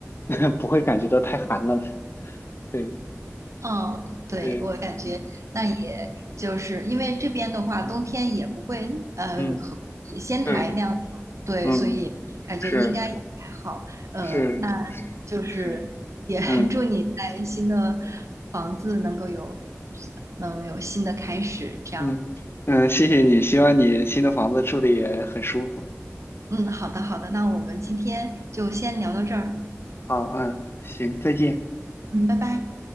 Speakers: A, on the left; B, on the right.
A: <laughs> 不会感觉到太寒冷。对
B: 哦，对，
A: 对，
B: 我感觉那也就是因为这边的话，
A: 嗯嗯。
B: 冬天也不会呃和仙台那样，
A: 嗯，对，
B: 对，
A: 嗯，
B: 所以感觉应该也还好。
A: 是
B: 呃，
A: 是是是，
B: 那就是也 <laughs>
A: 嗯
B: 祝你在新的房子能够有能有新的开始，这样。
A: 嗯嗯，谢谢你，希望你新的房子住的也很舒服
B: 嗯，好的，好的，那我们今天就先聊到这儿。
A: 啊。好，嗯，行，再见。
B: 嗯，拜拜。